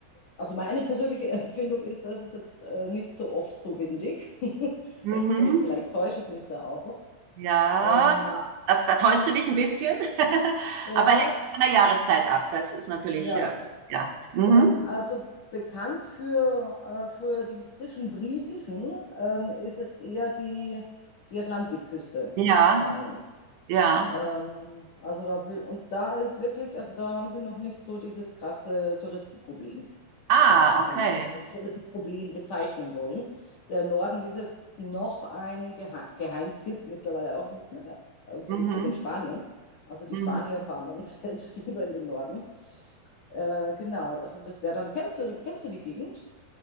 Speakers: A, on the left; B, on the right.
A: also meine persönliche <laughs> Empfindung ist, dass es jetzt äh, nicht so oft so windig. <laughs>
B: Mhm.
A: Also vielleicht täusche ich mich da auch.
B: Ja,
A: Ähm,
B: das, da täuschst du dich ein bisschen, <laughs>
A: ja,
B: aber hängt von der Jahreszeit ab. Das ist natürlich,
A: ja.
B: äh, ja. Mhm.
A: Ähm, also bekannt für, äh, für die frischen Brisen ähm, ist jetzt eher die, die Atlantikküste
B: Ja,
A: Spaniens.
B: ja.
A: Ähm, also da will, und da ist wirklich, also da haben sie noch nicht so dieses krasse Touristenproblem.
B: Ah,
A: Also wenn
B: okay.
A: wir es jetzt als Touristenproblem bezeichnen wollen. Der Norden ist jetzt noch ein Gehe Geheimtipp, mittlerweile auch nicht mehr, unter,
B: Mhm.
A: unter den Spaniern. Also die
B: Mhm.
A: Spanier fahren dann <laughs> selbst lieber in den Norden. Äh, genau, also das wäre dann, kennst du, kennst du die Gegend?